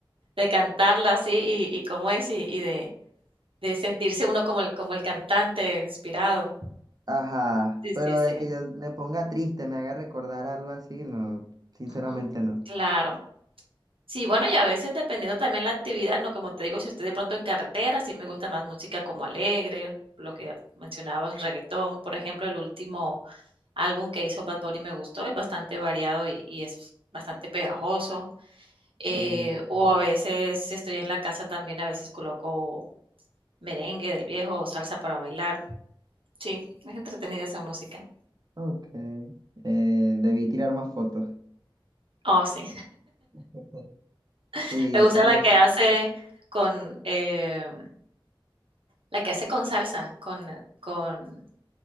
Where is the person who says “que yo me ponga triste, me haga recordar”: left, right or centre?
Right